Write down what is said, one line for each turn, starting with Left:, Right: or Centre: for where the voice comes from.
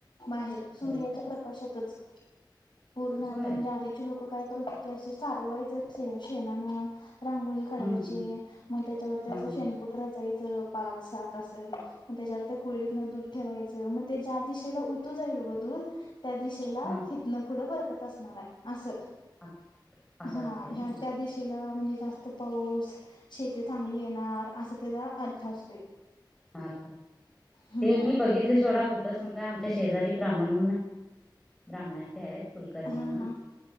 Left: बाहेर सूर्याच्या
Centre: होय का
Left: प्रकाशातच पूर्ण आता
Centre: होय
Left: म्हणजे आधीचे लोक काय करत होते असे सारवायचं अस शेणानं रांगोळी काढायची
Centre: हम्म
Left: मग त्याच्यावरती
Centre: हम्म
Left: असं शेनकुट
Centre: हा
Left: रचायचं पाच सात अस मग त्याच्यावर कोळीडीतन दूध ठेवायच मग ते ज्या दिशेला उतू जाईल त्या दिशेला
Centre: हा हा
Left: हितन पुढं बरकत असणार आहे असं
Centre: अ- असं
Left: हा
Centre: असते
Left: ह
Centre: व्हय? हा,
Left: त्या दिशेला म्हणजे जास्त पाऊस शेती चांगली येणार असा त्याचा अर्थ असतोय
Centre: हा
Left: हम्म
Centre: ते मी बघितले सोडा कुठ सांगू काय आमच्या शेजारी ब्राह्मण ब्राह्मणांचे आहेत कुलकर्णी
Left: हा
Centre: म्हणून
Left: हा